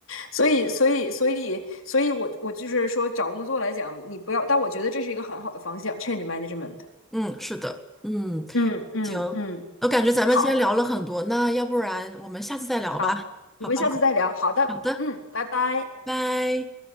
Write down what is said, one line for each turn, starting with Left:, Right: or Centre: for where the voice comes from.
Left: 所以，所以，所以，所以我我就是说，找工作来讲，你不要，但我觉得这是一个很好的方向，change management。
Centre: 嗯，是的，嗯。
Left: 嗯嗯嗯，
Centre: 行，我感觉咱们今天聊了很多，
Left: 好
Centre: 那要不然我们下次再聊吧？
Left: 好，我们下次再聊。
Centre: 好吧，
Left: 好的，
Centre: 好的，
Left: 嗯，拜拜。
Centre: 拜。